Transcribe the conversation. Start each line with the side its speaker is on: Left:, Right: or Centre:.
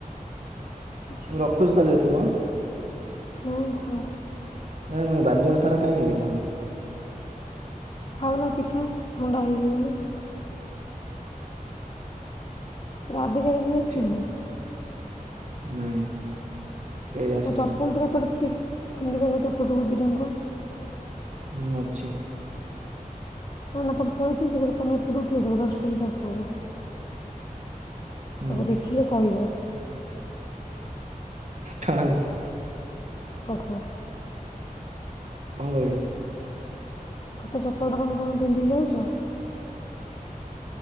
Left: କିଛି
Right: ମୁଁ
Left: ନାହିଁ
Right: ରଖୁଛି ତାହେଲେ ଏଥର।
Left: ନାଇଁ କୁହ।
Right: ନାହିଁ ମୁଁ ଏ ବାଜେ କଥାରା କାହିଁ ହେବି ତାହେଲେ।
Left: ଖାଉନ ପିଠା ଥଣ୍ଡା ହେଇଯିବଣି। ରାଧିକା ଦିଦି ଆସିଲେଣି?
Right: ଛି ନାଇଁ। କେହି ଆସିନାହାନ୍ତି
Left: ମୋ ଚପଲ ଦିଟା ଏପଟେ ଫି ଫିଙ୍ଗିଦେବ ତ ଏପଟକୁ ଦିଟାଙ୍କ।
Right: ମୁଁ ଅଛି।
Left: ନା-ନା ତମେ ପଳେଇଥିବ ସେପଟେ ତମେ ଏପଟୁ ଥୋଇଦେବ ଡଷ୍ଟବିନ୍ ପାଖକୁ।
Right: ହୁଁ
Left: ତାକୁ ଦେଖିଲେ କହିବ।
Right: କାହାକୁ?
Left: ତାକୁ।
Right: କଣ କହିବି?
Left: <inaudible> ତା ଚପଲଟା ତମେ କଣ ପାଇଁ ପିନ୍ଧିକି ଯାଉଛ?